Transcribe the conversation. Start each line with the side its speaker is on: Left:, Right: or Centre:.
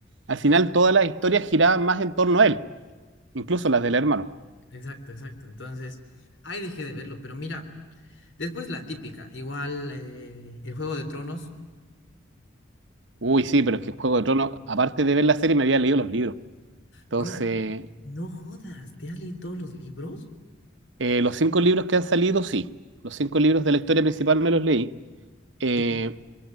Right: al final todas las historias giraban más en torno a él, incluso las del hermano.
Left: Exacto, exacto. Entonces, ahí dejé de verlo, pero mira, después la típica, igual eh, el Juego de Tronos.
Right: Uy, sí, pero es que Juego de Tronos, aparte de ver la serie, me había leído los libros. Entonces,
Left: Bro, no jodas, ¿te has leído todos los libros?
Right: Eh, los cinco libros que han salido, sí. Los cinco libros de la historia principal me los leí. Eh,
Left: Y-